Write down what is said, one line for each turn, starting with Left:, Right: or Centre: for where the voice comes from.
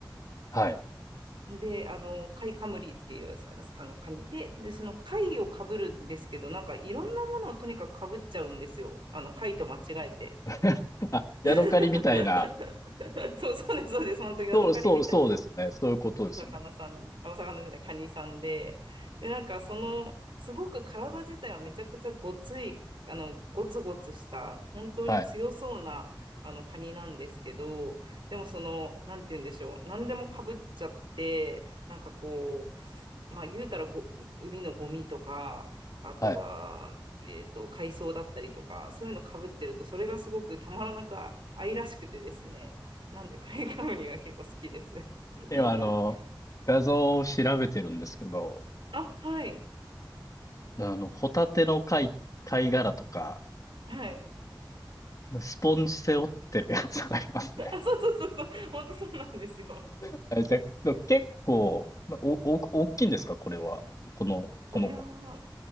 Left: はい。
Right: で、あの、貝カムリっていうさ、あの、カニで、で、その貝をかぶるんですけど、なんかいろんなものをとにかくかぶっちゃうんですよ。あの、貝と間違えて。
Left: <laughs> あ、ヤドカリみたいな。
Right: <laughs> そう、そうです、そうです。本当にヤドカリみたいな。
Left: そう、そう、そうですよね。そういうことですよね。
Right: お魚さん、あお魚じゃない、カニさんで、で、なんかその、すごく体自体はめちゃくちゃごつい、あの、ゴツゴツした、本当に強そうな、
Left: はい。
Right: あの、カニなんですけど、でもその、なんて言うんでしょう、何でもかぶっちゃって、なんかこう、まあ言うたらご、海のゴミとか、あとは、
Left: はい。
Right: えっと、海藻だったりとか、そういうのかぶってると、それがすごくたまらなく愛らしくてですね、なんで、カニカムニが結構好きです。<laughs>
Left: 今、あの、画像を調べてるんですけど、
Right: あ、はい。
Left: あの、ホタテの貝、貝殻とか、
Right: はい。
Left: スポンジ背負ってるやつがありますね。
Right: <laughs> あ、そうそうそうそう。本当そうなんですよ。
Left: <laughs> え、じゃあ、結構、お、お、大きいんですかこれは。この、この子。
Right: これは、